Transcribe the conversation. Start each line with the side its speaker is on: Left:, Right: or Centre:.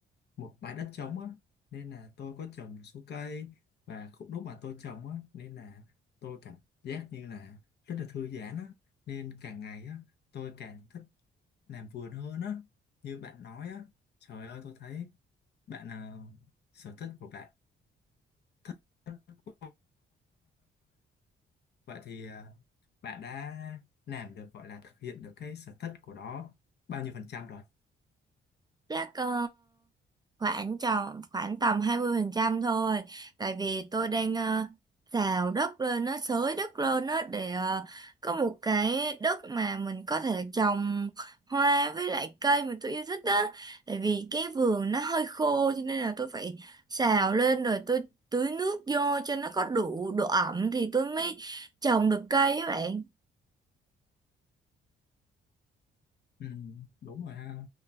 Left: một bãi đất trống á, nên là tôi có trồng một số cây và cũng lúc mà tôi trồng á, nên là tôi cảm giác như là rất là thư giãn á, nên càng ngày á tôi càng thích làm vườn hơn á như bạn nói á trời ơi tôi thấy bạn à, sở thích của bạn thích quá. vậy thì à, bạn đã làm được gọi là thực hiện được cái sở thích của đó bao nhiêu phần trăm rồi
Right: chắc ờ, khoảng tròn khoảng tầm 20% thôi tại vì tôi đang ờ, xào đất lên nó xới đất lên đó để ờ, có một cái đất mà mình có thể trồng hoa với lại cây mà tôi yêu thích đó tại vì cái vườn nó hơi khô cho nên là tôi phải xào lên rồi tôi tưới nước vô cho nó có đủ độ ẩm thì tôi mới trồng được cây các bạn
Left: ừ, đúng rồi ha